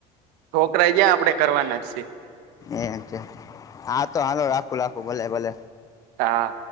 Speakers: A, on the right; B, on the left.
A: છોકરા જ્યાં આપડે કરવાના જ સે.
B: એમ છે. હા તો હાલો રાખું-રાખું, ભલે-ભલે.
A: તા